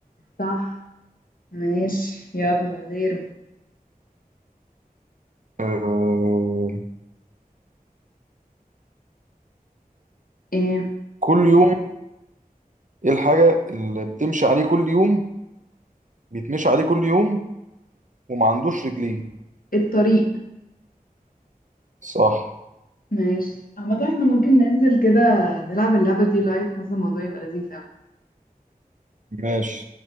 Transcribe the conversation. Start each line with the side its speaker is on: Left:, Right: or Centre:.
Left: صح ماشي يلا غيره
Right: آه،
Left: ايه
Right: كل يوم ايه الحاجة اللي بتمشي عليه كل يوم بيتمشي عليه كل يوم وما عندوش رجلين
Left: الطريق
Right: صح
Left: ماشي عامة احنا ممكن ننزل كده نلعب اللعبة دي لايف حاسة الموضوع يبقى لذيذ اوي
Right: ماشي